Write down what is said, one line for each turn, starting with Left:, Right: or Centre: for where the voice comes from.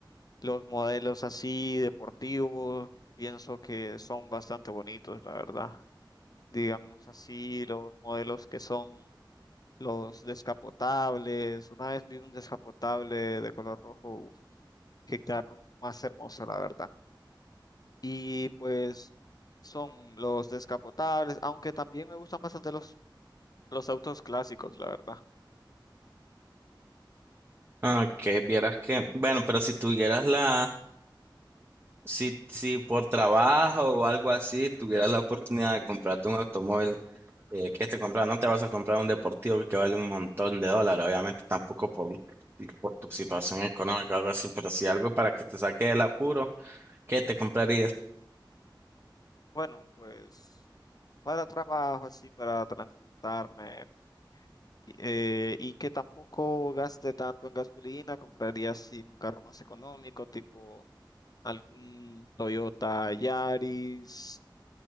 Left: los modelos así deportivos. Pienso que son bastante bonitos, la verdad. Digamos así, los modelos que son los descapotables. Una vez vi un descapotable de color rojo. uf, qué carro más hermoso, la verdad. Y pues son los descapotables, aunque también me gustan bastante los Los autos clásicos, la verdad.
Right: Ah, que vieras que, bueno, pero si tuvieras la, si, si por trabajo o algo así, tuvieras la oportunidad de comprarte un automóvil. Eh, ¿qué te compras? No te vas a comprar un deportivo que vale un montón de dólares, obviamente tampoco por, por tu situación económica o algo así, pero si algo para que te saque del apuro, ¿qué te comprarías?
Left: Bueno, pues para trabajo, así, para transportarme eh, y que tampoco gaste tanto en gasolina, compraría así un carro más económico, tipo algún Toyota Yaris,